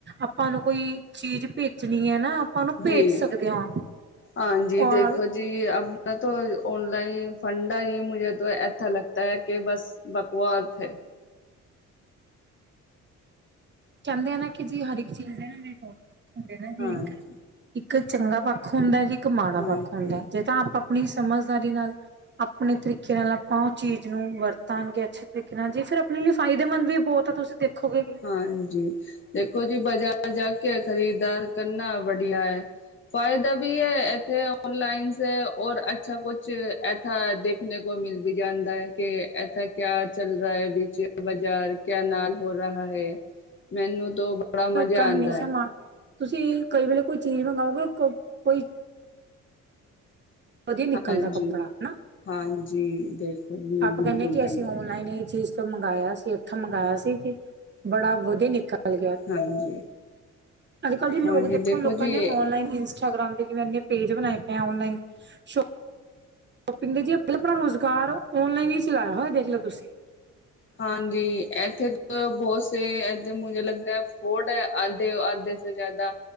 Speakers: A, on the right (about 35°); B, on the left (about 40°).
A: ਆਪਾਂ ਨੂੰ ਕੋਈ ਚੀਜ਼ ਭੇਜਣੀ ਹੈ। ਨਾ ਉਹ ਨੂੰ ਭੇਜ
B: ਜੀ
A: ਸਕਦੇ ਹਾਂ
B: ਹਾਂਜੀ ਦੇਖੋ
A: ਔਰ
B: ਜੀ ਆਪਣਾ ਤਾਂ ਔਨਲਾਈਨ ਫੰਡਾ ਹੀ ਮੁੇ ਤਾਂ ਐੱਥਾ ਲਗਦਾ ਹੈ ਕਿ ਬਸ ਬਕਵਾਸ ਹੈ।
A: ਕਹਿੰਦੇ ਆ ਨਾ ਕਿ ਜੀ ਹਰ ਇੱਕ ਚੀਜ਼ ਹੁੰ ਜੀ
B: ਹਾਂਜੀ
A: ਇੱਕ ਇੱਕ ਚੰਗਾ ਪੱਖ ਹੁੰਦਾ ਹੈ ਤੇ ਇੱਕ ਮਾੜਾ
B: ਹਾਂਜੀ
A: ਪੱਖ ਹੁੰਦਾ ਹੈ ਜੇ ਤਾਂ ਆਪ ਆਪਣੀ ਸਮਝਦਾਰੀ ਨਾਲ ਆਪਣੇ ਤਰੀਕੇ ਨਾਲ ਆਪਾਂ ਉਹ ਚੀਜ਼ ਨੂੰ ਵਰਤਾਂਗੇ ਅੱਛ ਦੇਖਣਾ ਜੀ ਫਿਰ ਆਪਣੇ ਲਈ ਫਾਇਦੇਮੰਦ ਵੀ ਬਹੁਤ ਆ ਤੁਸੀਂ ਦੇਖੋਗੇ।
B: ਹਾਂਜੀ, ਦੇਖੋ ਜੀ ਬਾਜ਼ਾਰ ਜਾ ਕੇ ਖਰੀਦ ਦਾਰ ਕਰਨਾ ਬੜੀਆ ਹੈ। ਫਾਇਦਾ ਵੀ ਹੈ ਇੱਥੇ ਔਨਲਾਈਨ ਸੇ ਔਰ ਅੱਛਾ ਕੁਛ ਹਾ ਦੇਖਨ ਕੋ ਮਿਲ ਵੀ ਜਾਂਦਾ ਹੈ ਕਿ ਥਾ ਕਿਆ ਚਲ ਰਿਹਾ ਹੈ ਬੀਚ ਬਾਜ਼ਾਰ ਕਿਆ ਨਾਲ ਹੋ ਰਿਹਾ ਹੈ ਮੈਨੂੰ ਤੋਂ ਬੜਾ ਮਜ਼ਾ
A: ਲੋਕਾਂ
B: ਆਉਂਦਾ
A: ਹਮੇਸ਼ਾ
B: ਹੈ।
A: ਮਾਂ ਤੁਸੀਂ ਕਈ ਵੇਲੇ ਕੋਈ ਚੀਜ਼ ਮੰਗਵਾਓਗੇ ਕੋਈ ਵਧੀਆ ਨਿਕਲਦਾ
B: ਹਾਂਜੀ
A: ਕੱਪੜਾ ਹਨਾ
B: ਹਾਂਜੀ ਦੇਖੋ ਜੀ
A: ਆਪ
B: ਬਿਲਕੁਲ
A: ਕਹਿੰਦੇ ਕਿ
B: ਚੰਗਾ
A: ਅਸੀਂ ਓਨਲਾਈਨ ਇਹ ਚੀਜ਼ ਮੰਗਾਇਆ ਸੀ ਇੱਥੋ ਮੰਗਾਇਆ ਸੀ ਕਿ ਬੜਾ ਵਧੀਆ ਨਿਕਲ ਗਿਆ
B: ਹਾਂਜੀ।
A: ਅੱਜ ਕੱਲ੍ਹ ਦੀ ਲੋਕ
B: ਹਾਂਜੀ
A: ਦੇਖੋ ਲੋਕਾਂ
B: ਜੀ
A: ਨੇ ਔਨਲਾਈਨ ਇੰਸਟਾਗ੍ਰਾਮ ਦੇ ਕਿਵੇਂ ਇ ਪੇਜ ਬਣਾਏ ਪਏ ਆ ਔਨਲਾਈਨ ਸ਼ੋ ਸ਼ੋਪਿੰਗ ਦੇ ਜੀ ਆਪਣਾ ਰੋਜ਼ਗਾਰ ਔਨਲਾਈਨ ਹੀ ਚਲਾਇਆ ਹੋਇਆ ਦੇਖ ਲਓ ਤੁਸੀਂ।
B: ਹਾਂਜੀ ਇੱਥੇ ਬਹੁਤ ਸੇ ਇੱਥੇ ਮੁ ਲੱਗਦਾ ਫੋਰਟ ਹੈ ਆਧੇ ਆਧ ਜ਼ਿਆਦਾ